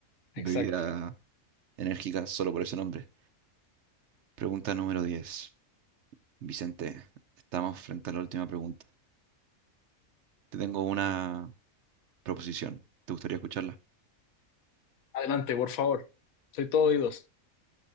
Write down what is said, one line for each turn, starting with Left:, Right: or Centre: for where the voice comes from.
Right: bebida
Left: Exacto.
Right: enérgica solo por ese nombre. Pregunta número diez, Vicente, estamos frente a la última pregunta. Te tengo una proposición. ¿Te gustaría escucharla?
Left: Adelante, por favor. Soy todo oídos.